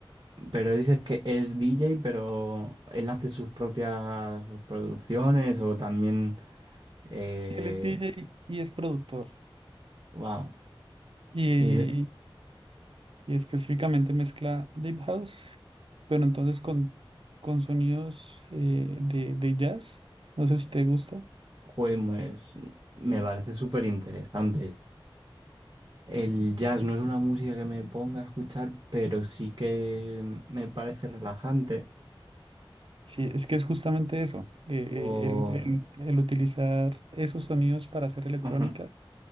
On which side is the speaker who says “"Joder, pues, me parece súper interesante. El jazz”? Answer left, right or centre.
Right